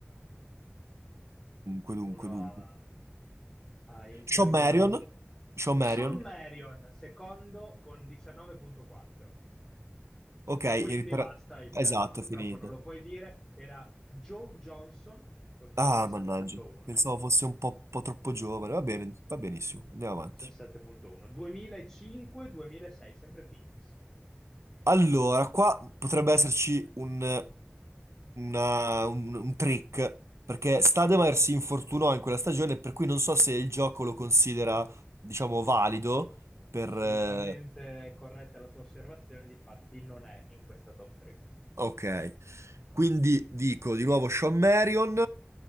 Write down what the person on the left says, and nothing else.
uno
a, a iniziale
di nome.
Sean
Marion, secondo con 19.4.
E
quindi
basta, il
terzo purtroppo
non lo puoi dire. Era Joe Johnson con
17.1.
17.1.
2005-2006, sempre Phoenix.
Assolutamente
corretta la tua osservazione, difatti non è in questa top 3.